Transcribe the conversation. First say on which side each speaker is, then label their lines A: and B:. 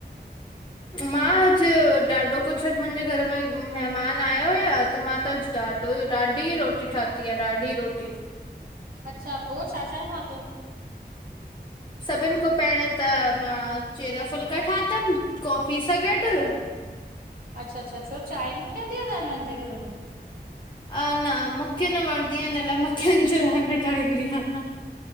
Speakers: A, on the left; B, on the right.
A: मां अॼु ॾाढो कुछ अॼु मुंहिंजे घर में महिमान आया हुया त मां त अॼु। ॾाढो, ॾाढी रोटी ठती आ, ॾाढी रोटी।
B: अच्छा, पो छा छा ठातो?
A: सभिन खां पहिरें त मां, चैरा फुल्का ठातम कॉफी सां गॾु
B: अच्छा, अच्छा अच्छा, छो चांय न ठैदी आ, तहां हिनन ॼे घर में?
A: अ न, मुखे न वणंदी आ, इन लाइ मां कैंजे लाइ न ठाईंदी आयां।